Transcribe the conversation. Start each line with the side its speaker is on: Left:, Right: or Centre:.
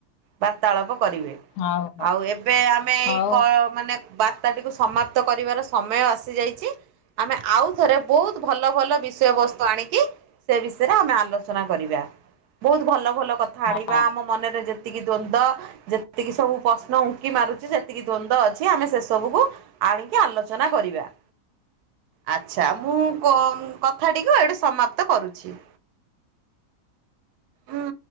Right: ବାର୍ତ୍ତାଳାପ କରିବେ
Left: ହଉ ହଉ
Right: ଆଉ ଏବେ ଆମେ
Left: ହଉ
Right: ଏଇ ମାନେ ବାର୍ତ୍ତାଟିକୁ ସମାପ୍ତ କରିବାର ସମୟ ଆସିଯାଇଛି। ଆମେ ଆଉ ଥରେ ବହୁତ ଭଲ ଭଲ ବିଷୟ ବସ୍ତୁ ଆଣିକି ସେ ବିଷୟରେ ଆମେ ଆଲୋଚନା କରିବା ବହୁତ ଭଲ ଭଲ କଥା
Left: ହଁ
Right: ଆଣିବା ଆମ ମନରେ ଯେ ଯେତିକି ଦ୍ଵନ୍ଦ ଯେତିକି ସବୁ ପ୍ରଶ୍ନ ଉଙ୍କି ମାରୁଛି ଯେତିକି ଦ୍ଵନ୍ଦ୍ୱ ଅଛି ଆମେ ସେ ସବୁକୁ ଆଣିକି ଆଲୋଚନା କରିବା। ଆଛା ମୁଁ କଥା ତିକୁ ଏଇଠି ସମାପ୍ତ କରୁଛି। ହଁ।